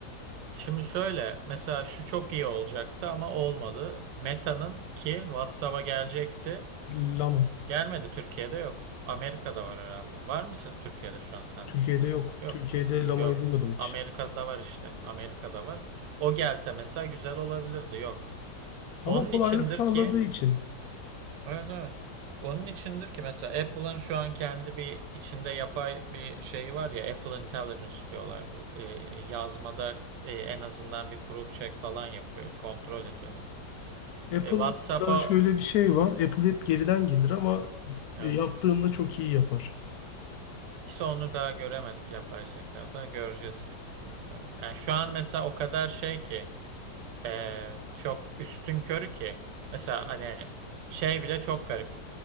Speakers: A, on the right; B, on the left.
A: Şimdi şöyle mesela şu çok iyi olacaktı ama olmadı. Meta'nın ki WhatsApp'a gelecekti.
B: Lama.
A: Gelmedi Türkiye'de yok. Amerika'da var herhalde. Var mısın Türkiye'de şu an sende?
B: Türkiye'de yok.
A: Yok.
B: Türkiye'de lamayı
A: Yok.
B: duymadım hiç.
A: Amerika'da var işte. Amerika'da var. O gelse mesela güzel olabilirdi. Yok. Onun
B: Ama kolaylık
A: içindir
B: sağladığı
A: ki
B: için.
A: Evet evet. Onun içindir ki mesela Apple'ın şu an kendi bir içinde yapay bir şeyi var ya Apple Intelligence diyorlar. Bu, e, yazmada e, en azından bir proof check falan yapıyor. Kontrol ediyor metni.
B: Apple'da
A: E, WhatsApp'a
B: şöyle bir şey
A: o-
B: var. Apple hep geriden gelir ama
A: evet,
B: e, yaptığında
A: evet.
B: çok iyi yapar.
A: İşte onu daha göremedik yapay zekada. Göreceğiz. Yani şu an mesela o kadar şey ki e, çok üstünkörü ki mesela hani şey bile çok garip.